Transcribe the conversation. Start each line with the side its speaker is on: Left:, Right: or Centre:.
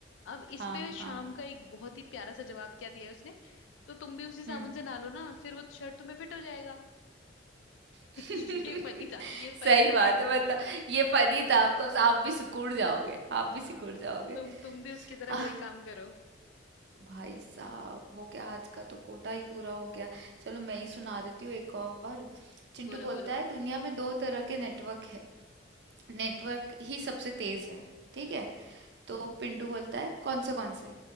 Left: अब इस
Right: हाँ
Left: पे शाम
Right: हाँ
Left: का एक बहुत ही प्यारा सा जवाब क्या दिया है उसने तो तुम भी उसी साबुन
Right: हम्म
Left: से नहा लो ना फिर वो शर्ट तुम्हें फिट हो जाएगा <laughs>
Right: <laughs>
Left: ये फनी था ये फनी
Right: सही बात
Left: था
Right: है मतलब ये फनी था आपको आप भी सिकुड़ जाओगे
Left: <laughs>
Right: आप भी
Left: हाँ
Right: सिकुड़ जाओगे
Left: तुम तुम भी उसकी तरह
Right: आह,
Left: वही काम करो
Right: भाई साहब हो गया आज का तो कोटा ही पूरा हो गया चलो मैं ही सुना देती हूँ एक और चिंटू
Left: बोलो
Right: बोलता
Left: बोलो
Right: है दुनिया में दो तरह के नेटवर्क है नेटवर्क ही सबसे तेज है ठीक
Left: हम्म।
Right: है तो पिंटू बोलता है कौन से कौन से